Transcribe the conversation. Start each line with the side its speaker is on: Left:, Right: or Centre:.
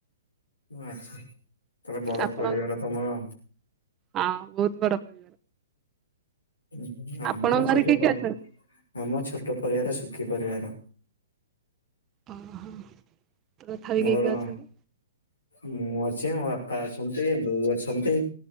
Left: ଉଁ ଆଚ୍ଛା ତାହେଲେ ବଡ
Right: ଆପଣ
Left: ପରିବାର ତମର।
Right: ହଁ ବହୁତ ବଡ ପରି
Left: ଉଁ ହୁଁ ଆମର
Right: ଆପଣଙ୍କ
Left: ଛୋଟ
Right: ଘରେ କିଏ
Left: ପରି
Right: କିଏ ଅଛନ୍ତି?
Left: ଆମ ଛୋଟ ପରିବାର ସୁଖୀ ପରିବାର।
Right: ଅ ହଁ। ତଥାପି
Left: ମୋର
Right: କିଏ କିଏ ଅଛନ୍ତି?
Left: ମୁଁ ଅଛି ମୋ ବାପା ଅଛନ୍ତି ବୋଉ ଅଛନ୍ତି।